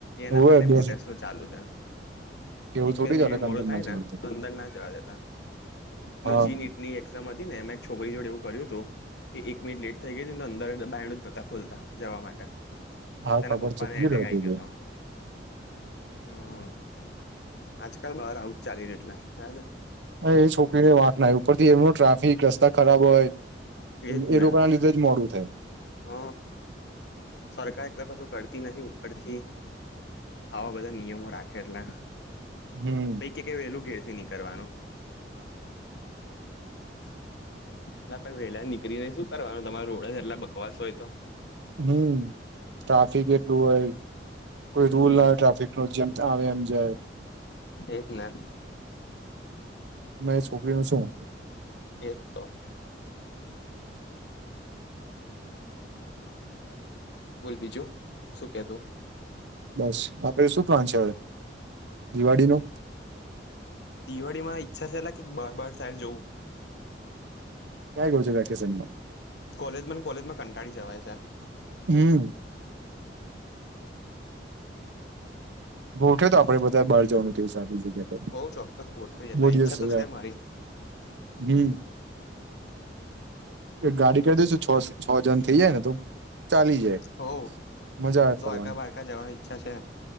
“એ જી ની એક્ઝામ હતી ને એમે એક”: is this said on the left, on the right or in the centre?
Left